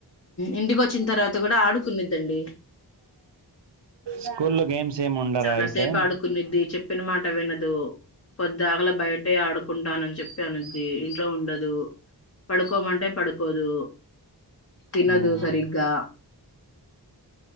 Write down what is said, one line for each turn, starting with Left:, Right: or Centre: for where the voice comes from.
Left: ఇంటికి వచ్చిన తర్వాత కూడా ఆడుకున్నద్దండి
Right: స్కూల్లో గేమ్స్ ఏమి ఉండరా
Left: చాలా
Right: అయితే
Left: సేపు ఆడుకునేది చెప్ చెప్పిన మాట వినదు కొద్దిఆగల బయటే ఆడుకుంటానని చెప్పి అనద్ది ఇంట్లో ఉండదు పడుకోమంటే పడుకోదు తినదు
Right: ఉమ్
Left: సరిగ్గా